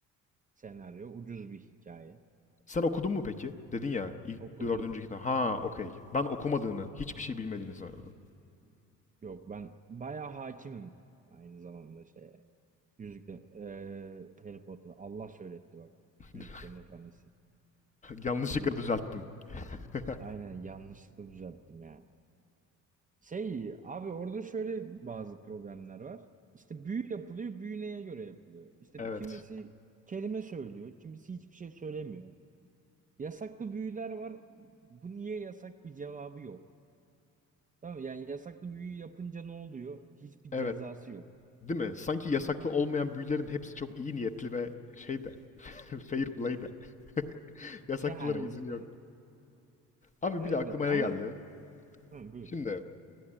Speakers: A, on the right; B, on the left.
A: senaryo, ucuz bir hikaye.
B: Sen okudun mu peki? Dedin ya ilk
A: Okudum.
B: dördüncü kitap. Ha okey. Ben okumadığını, hiçbir şey bilmediğini sanırdım.
A: Yok ben bayağı hakimim aynı zamanda şeye. Yüzükle eee Harry Potter'a Allah söyletti bak.
B: <laughs>
A: Yüzüklerin Efendisi.
B: Yanlışlıkla
A: Çünkü
B: düzelttim. <laughs>
A: aynen yanlışlıkla düzelttim yani. Şey abi orada şöyle bazı problemler var. İşte büyü yapılıyor, büyü neye göre yapılıyor? İşte
B: Evet.
A: kimisi kelime söylüyor, kimisi hiçbir şey söylemiyor. Yasaklı büyüler var. Bu niye yasak bir cevabı yok. Tamam mı? yani yasaklı büyü yapınca ne oluyor? Hiçbir
B: Evet.
A: cezası yok.
B: Değil mi? Sanki yasaklı olmayan büyülerin hepsi çok iyi niyetli ve şey de <laughs> fair play de. <laughs> Yasaklılara
A: yani
B: izin
A: işte
B: yok. Abi
A: Ya
B: bir de
A: işte
B: aklıma
A: ama
B: ne geldi?
A: Hı, buyur.
B: Şimdi